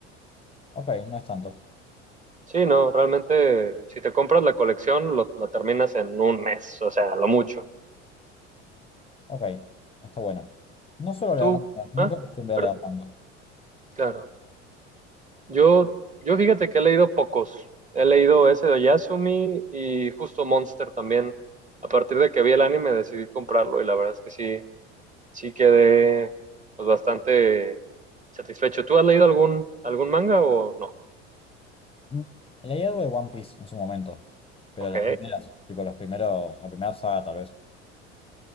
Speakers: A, on the left; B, on the right.
A: Ok, no es tanto.
B: Sí, no, realmente si te compras la colección, lo, la terminas en un mes, o sea, a lo mucho.
A: Ok, está bueno. No suelo leer
B: Tú,
A: manga, nunca
B: ah,
A: acostumbré
B: pero
A: a leer manga.
B: claro, yo, yo fíjate que he leído pocos. He leído ese de Yasumi y justo Monster también. A partir de que vi el anime decidí comprarlo y la verdad es que sí, sí quedé pues, bastante satisfecho. ¿Tú has leído algún, algún manga o no?
A: Mm. Leí algo de One Piece en su momento, pero
B: Ok.
A: las primeras, tipo los primeros, la primera saga tal vez.